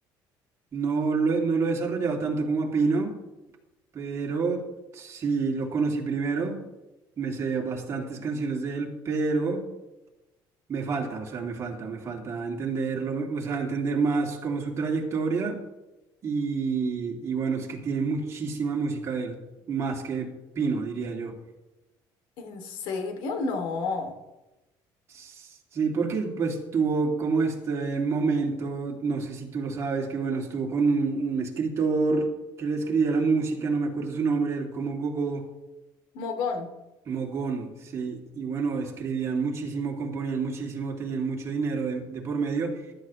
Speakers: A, on the right; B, on the left.
A: no lo, he- no lo he desarrollado tanto como a Pino, pero sí lo conocí primero. Me sé bastantes canciones de él, pero... Me falta, o sea, me falta, me falta entenderlo, me- o sea, entender más como su trayectoria y, y bueno, es que tiene muchísima música de él, más que Pino, diría yo.
B: ¿En serio? No.
A: Sí, porque él, pues tuvo como este momento, no sé si tú lo sabes, que bueno, estuvo con un, un escritor que le escribía la música, no me acuerdo su nombre, él como Gogo.
B: Mogón.
A: Mogón, sí, y bueno, escribían muchísimo, componían muchísimo, tenían mucho dinero de, de por medio,